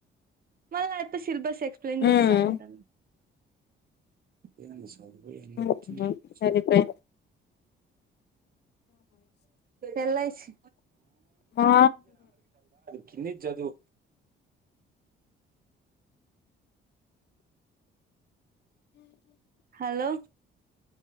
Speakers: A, on the right (about 50°); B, on the left (about 55°).
A: మళ్ళై అయాప్ప సిలబస్ ఎక్స్ప్లెయిన్
B: ఉమ్
A: చేస్తా అంటా <unintelligible>
B: ఉమ్, సరిపోయింది
A: ఎల్ ఐ సి
B: ఆ
A: కింది చదు హలో